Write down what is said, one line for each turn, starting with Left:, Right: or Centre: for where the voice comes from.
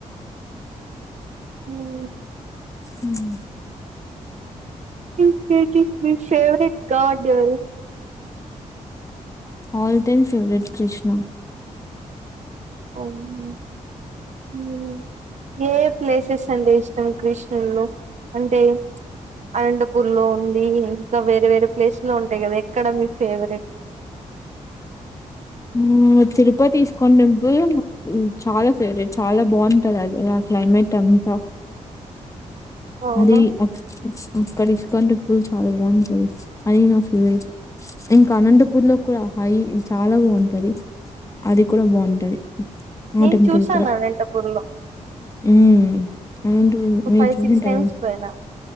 Right: ఉమ్
Left: హ్మ్
Right: ఇంకేంటి మీ ఫేవరెట్ గాడు
Left: ఆల్ టైం ఫెవరెట్ కృష్ణ
Right: అవునా హ్మ్ ఏ ఏ ప్లేసెస్ అంటే ఇష్టం కృష్ణుడ్లో అంటే అనంతపూర్ లో ఉంది ఇంకా వేరే వేరే ప్లేసు లో ఉంటాయి కదా ఎక్కడ మీ ఫేవరెట్? <inaudible>
Left: మ్మ్ తిరుపతి ఇస్కాన్ టెంపుల్ చాలా ఫేవరెట్ చాలా బాగుంటది. అది ఆ క్లైమే టంత
Right: <inaudible> అవునా
Left: అది అ అక్కడ ఇస్కాన్ టెంపుల్ చాలా బాగుంటుంది. అది నా ఫేవరెట్ ఇంకా అనంతపూర్ లో కూడా అయి చాలా బాగుంటది అది కూడా బాగుంటది.
Right: నేన్
Left: ఆ టెంపుల్
Right: చూశాను
Left: కూడా
Right: అనంతపూర్ లో
Left: మ్మ్ అనంతపూర్
Right: ఒక
Left: మీరు
Right: ఫైవ్
Left: చూసింటరు.
Right: సిక్స్ టైమ్స్ పోయినా